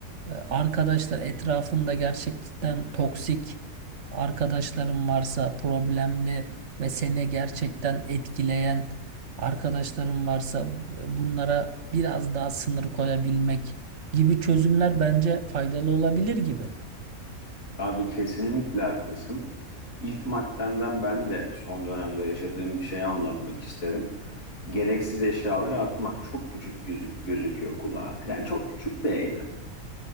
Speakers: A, on the right; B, on the left.
A: e, arkadaşlar etrafında gerçekten toksik arkadaşların varsa problemli ve seni gerçekten etkileyen arkadaşların varsa bu- bunlara biraz daha sınır koyabilmek gibi çözümler bence faydalı olabilir gibi.
B: Abi kesinlikle haklısın. İlk maddenden ben de son dönemde yaşadığım bir şeyi anlatmak isterim. Gereksiz eşyaları atmak çok küçük gözük gözüküyor kulağa. Yani çok küçük bir eylem.